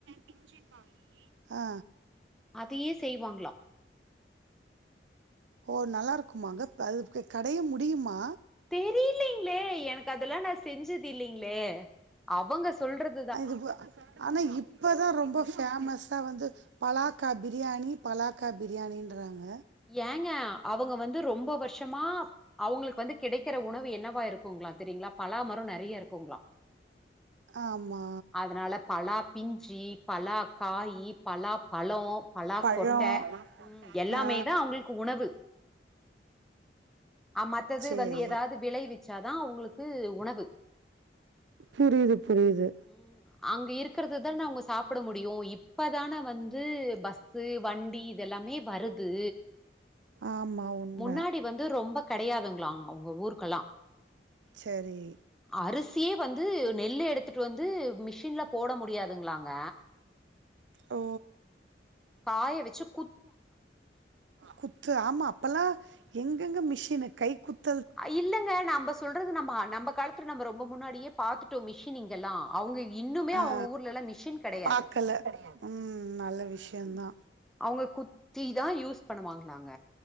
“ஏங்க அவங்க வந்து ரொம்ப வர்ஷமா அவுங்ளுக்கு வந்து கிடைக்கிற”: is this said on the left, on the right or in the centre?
Centre